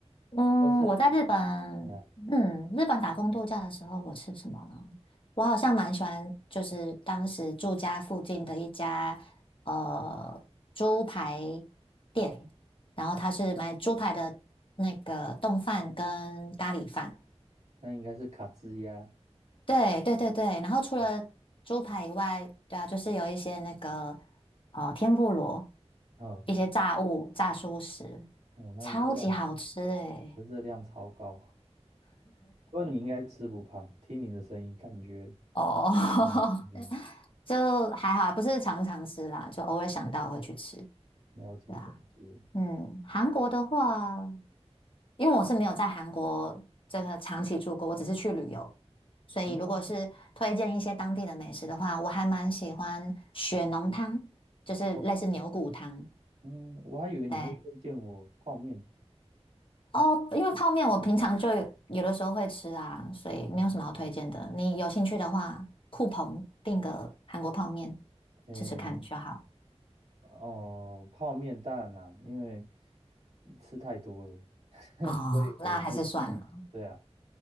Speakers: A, on the left; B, on the right.
A: 嗯，
B: 都是
A: 我在日本，
B: 哎呀，
A: 嗯，日本打工度假的时候，我吃什么呢？我好像蛮喜欢，就是当时住家附近的一家呃猪排店，然后它是买猪排的那个冻饭跟咖喱饭。
B: 那应该是卡兹呀，
A: 对对对对，然后除了猪排以外，
B: 对啊，
A: 对啊，就是有一些那个呃天妇罗，
B: 嗯，
A: 一些炸物、炸蔬食，
B: 哦，那热量
A: 超级好吃诶、
B: 热量超高，不过你应该吃不胖，听你的声音感觉，
A: 哦，<laughs>
B: 嗯嗯，
A: 就还好啊不是常常吃啦，就偶尔想到会去吃。
B: 了解了解，
A: 对啊，嗯，韩国的话，因为我是没有在韩国这个长期住过，我只是去旅游，所以如果是推荐一些当地的美食的话，
B: 嗯
A: 我还蛮喜欢血浓汤，就是类似牛骨汤。
B: ，OK。嗯，我还以为你会推荐我泡面。
A: 对，哦，因为泡面我平常就有的时候会吃啊，所以没有什么好推荐的。
B: 哦，
A: 你有兴趣的话，酷鹏订个韩国泡面
B: 诶，
A: 吃吃看就好。
B: 哦，泡面当然啦，因为吃太多了，<laughs>
A: 哦，
B: 所以我会避免。
A: 那还是算了。
B: 对啊，